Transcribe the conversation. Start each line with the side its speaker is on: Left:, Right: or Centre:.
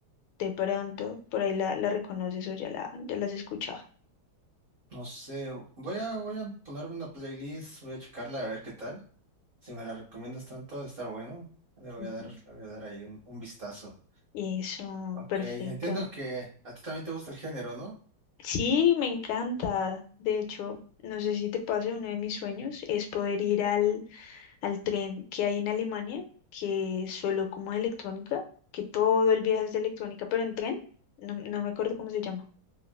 Left: de pronto, por ahí la, la reconoces o ya la, ya la has escuchado.
Right: No sé, voy a, voy a ponerme una playlist, voy a checarla a ver qué tal. Si me la recomiendas tanto, está bueno. Le voy
Left: Ujú.
Right: a dar, le voy a dar ahí un un vistazo.
Left: Eso,
Right: Ok,
Left: perfecto.
Right: entiendo que a ti también te gusta el género, ¿no?
Left: Sí, me encanta. De hecho, no sé si te pase, uno de mis sueños es poder ir al, al tren que hay en Alemania, que es solo como de electrónica, que todo el viaje es de electrónica, pero en tren, no, no me acuerdo cómo se llama.